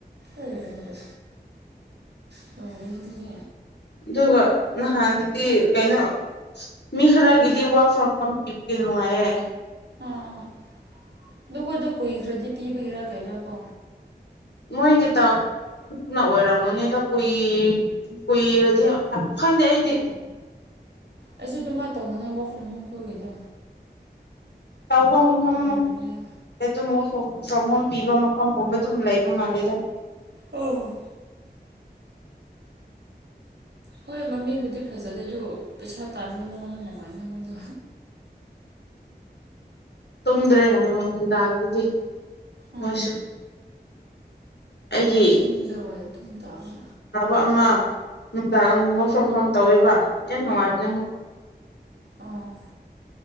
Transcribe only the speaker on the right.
ꯑꯦ ꯑꯦ ꯑꯦ ꯇꯧꯑꯦꯅꯦ ꯑꯗꯨꯗꯤ
ꯑꯥ ꯑꯥ ꯑꯗꯣꯈꯣꯏꯗꯣ ꯀꯨꯏꯈ꯭ꯔꯗꯤ ꯄꯤꯕꯒꯤꯔ ꯀꯩꯔꯥꯀꯣ
ꯑꯩꯁꯨ ꯑꯗꯨꯃꯥꯏꯅ ꯇꯧꯅꯤꯡꯉꯥꯏ ꯋꯥꯐꯝ ꯍꯣꯝꯈꯣꯏꯒꯤꯗꯣ
ꯍꯩꯔꯗꯤ
ꯎꯝ ꯍꯣꯏ ꯃꯃꯤꯡꯕꯨꯗꯤ ꯐꯖꯗꯦ ꯑꯗꯨ ꯄꯩꯁꯥ ꯇꯥꯟꯕ ꯃꯑꯣꯡꯗ ꯅꯨꯡꯉꯥꯏꯅꯤ ꯃꯣꯏꯗꯣ
ꯎꯝ
ꯅꯨꯡꯊꯤꯟꯗ ꯑꯣꯏꯅ ꯑꯗꯨꯝ ꯇꯧꯑꯦ
ꯑꯣ